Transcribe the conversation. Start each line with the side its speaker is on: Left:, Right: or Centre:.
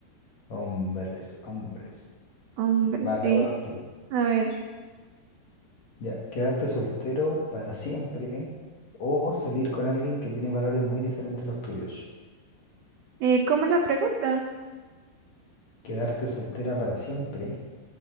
Left: Hombres, hombres.
Right: hombres,
Left: Va,
Right: sí.
Left: te hago la última.
Right: A ver,
Left: Ya, quedarte soltero para siempre o salir con alguien que tiene valores muy diferentes a los tuyos.
Right: eh, ¿cómo es la pregunta?
Left: Quedarte soltera para siempre